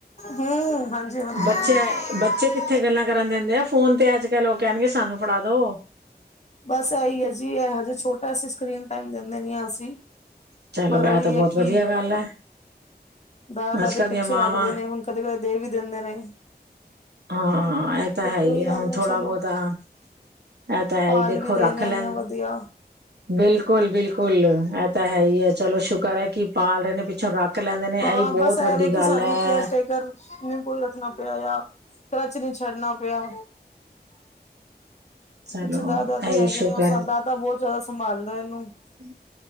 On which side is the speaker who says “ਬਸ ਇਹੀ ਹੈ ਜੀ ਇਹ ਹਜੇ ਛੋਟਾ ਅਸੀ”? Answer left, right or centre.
Left